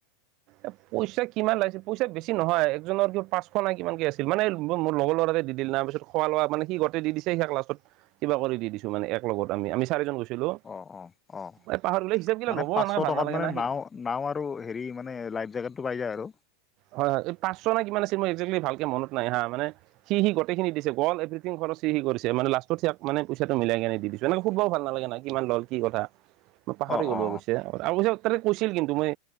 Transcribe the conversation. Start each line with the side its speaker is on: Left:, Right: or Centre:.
Right: এ পইচা কিমান লাগিছিল পইচা বেছি নহয় একজনৰ কিবা পাঁচশ নাই কিমান কি আছিল, মানে মোৰ লগৰ লৰা দি দিল না পিছত। খোৱা লোৱা মানে সি গোটেই দি দিছে হিয়াক লাষ্টত কিবা কৰি দি দিছোঁ মানে, এক লগত আমি আমি চাৰিজন গৈছি লো
Left: অ অ অ
Right: এই পাহাৰ গলে হিচাপ গিলা
Left: মানে
Right: ল'ব
Left: পাঁচশ
Right: এনেকুৱা ভাল
Left: টকাত
Right: নালাগে
Left: মানে
Right: না সি
Left: নাও নাও আৰু হেৰি মানে লাইফ জেকেটটো পাই যায় আৰু
Right: হয় হয় পাঁচশ না কিমান আছিল মোৰ এক্সেয়েলি ভালকে মনত নাই হা মানে, সি সি গোটেইখিনি দিছে অ'ল এভিৰি থিং খৰছ সি সি কৰিছে মানে লাষ্টত হিয়াক মানে পইচাটো মিলাই কিনি দি দি ছো এনেকে সুধবাও ভাল নালাগে না কিমান লল কি কথা মই পাহাৰি
Left: অ
Right: গ'লো
Left: অ
Right: অৱশ্যে আৰু উচাত তাতে কৈছিল কিন্তু মই,